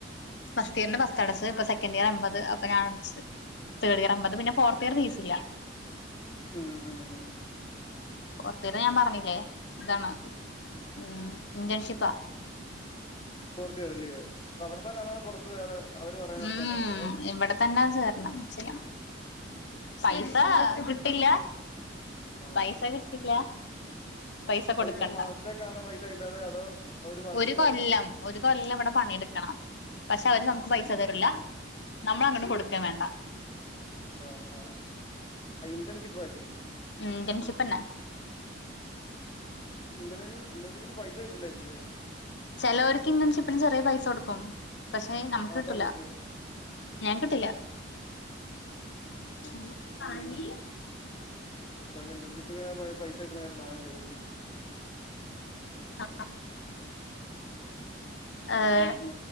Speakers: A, on the left (about 65°); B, on the left (about 30°).
A: ഫസ്റ്റിയറിന്റെ ഫസ്റ്റ്ടച്ച് ഇപ്പ സെക്കന്റിയറെമ്പത് അത്പ്പ ഞാൻ അടച്ച് തേർഡിയറമ്പ ത് പിന്നെ ഫോർത്തിയറ് ഫീസില്ല
B: ഉം ഉം ഉം
A: ഫോർത്തിയറ് ഞാൻ പറഞ്ഞില്ലേ ഇതാണ് ഉം ഇന്റേൺഷിപ്പാ
B: പൂർത്തിയാവില്ല്യേ അവിടെത്തന്നെ അതാ പൊറത്ത് വേറെ അവര് പറയുന്നിടത്ത്
A: ഉം
B: തന്നെയാണോ
A: ഉം
B: അതോ
A: ഇവടെ തന്നെ ചേരണം ചെയ്യണം പൈസാ കിട്ടില്ല
B: ആഹ്
A: പൈസ
B: ആഹ്
A: കിട്ടില്ലാ
B: ആഹ്
A: പൈസ കൊട്ക്കണ്ട
B: അത് ഇത്ര മാസത്തേക്കാണോ പൈസ കിട്ടാതെ അതോ വർഷത്തേക്കാണോ
A: ഒരു കൊല്ലം ഒരു കൊല്ലം വടെ പണ്യെട് ക്കണം പക്ഷെ അവര് നമുക്ക് പൈസ തരില്ല നമ്മളങ്ങട്ട് കൊട്ക്കേം വേണ്ട
B: ഓഹ് അങ്ങ ആഹ് ഇന്റെൺഷിപ്പായിട്ട്
A: ഉം ഇന്റേണഷിപ്പെന്നെ
B: ഇന്റണ ഇന്റെൺഷിപ്പിന് പൈസ തര്ണ്‌ണ്ടായില്ല്യോ
A: ചേലോര്ക്ക് ഇന്റെൺഷിപ്പിന് ചെറിയ പൈസാെട്ക്കും പക്ഷേ നമക്ക്
B: ആഹ്
A: കിട്ടുലാ
B: അതാ ചോദിച്ചേ
A: ഞങ്ങ്ക്ക് കിട്ടില്ലാ ഉം പനി
B: അത് പോലെ ഇന്റേൺഷിപ്പെക്കെ പയ് പൈസ കിട്ട്ണായതോണ്ട അതാ ഞാൻ ചോയ്ച്ചെ
A: ആഹ് ഏഹ്
B: ആഹ്